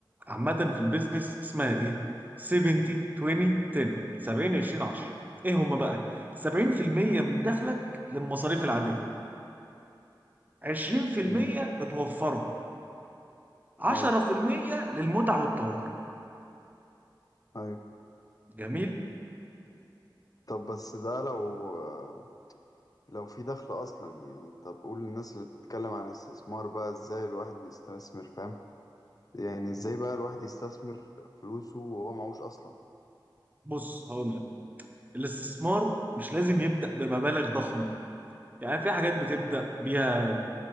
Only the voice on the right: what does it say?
عامة في البيزنس اسمها ايه 70 20 10 70 20 10 ايه هما بقى 70% من دخلك للمصاريف العادية 20%
بتوفرهم 10%
للمتع والطوارئ
جميل
بص هقول لك الاستثمار مش لازم يبدأ بمبالغ ضخمة يعني في حاجات بتبدأ بيها